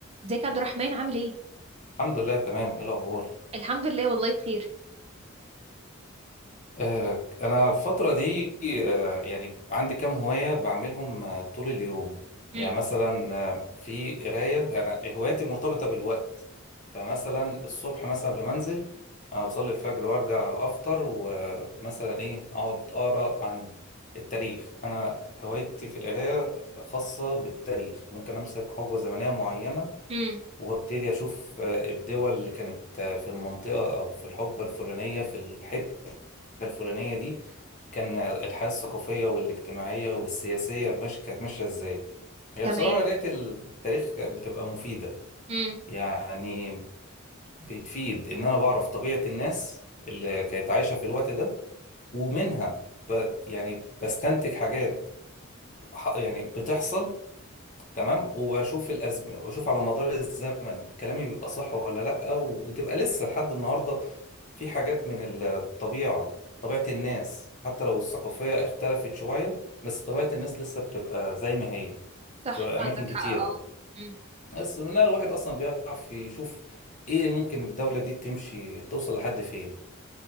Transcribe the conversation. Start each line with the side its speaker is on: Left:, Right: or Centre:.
Right: ازيك يا عبد الرحمن عامل ايه
Left: الحمد لله تمام ايه الاخبار
Right: الحمد لله والله بخير
Left: آه انا الفتره دي آه يعني عندي كام هوايه بعملهم آه طول اليوم
Right: امم
Left: يعني مثلا آه في قرايه يعني هواياتي مرتبطه بالوقت فمثلا الصبح مثلا قبل ما انزل آه بصلي الفجر وارجع افطر ومثلا ايه اقعد اقرا عن التاريخ انا هوايتي في القرايه خاصه بالتاريخ ممكن امسك حقبه زمنيه معينه
Right: امم
Left: وابتدي اشوف آه، الدول اللي كانت آه، في المنطقة او في الحقبة الفلانية في الحتة الفلانية دي كان الحياة الثقافية والاجتماعية والسياسية مش كانت ماشية ازاي هي
Right: تمام
Left: بصراحة قراية التاريخ كانت بتبقى مفيدة
Right: امم
Left: يعني بتفيد ان انا بعرف طبيعة الناس اللي كانت عايشة في الوقت ده ومنها ب... يعني بستنتج حاجات ح- يعني بتحصل تمام وبشوف الأزم... واشوف على مدار الزمن كلامي بيبقى صح ولا لا وتبقى لسه لحد النهارده في حاجات من الطبيعه طبيعه الناس حتى لو الثقافيه اختلفت شويه بس طبيعه الناس لسه بتبقى زي ما هي
Right: صح
Left: في
Right: عندك
Left: اماكن كتيره
Right: حق اه امم
Left: بس منها الواحد اصلا بيعرف يشوف ايه ممكن الدوله دي تمشي توصل لحد فين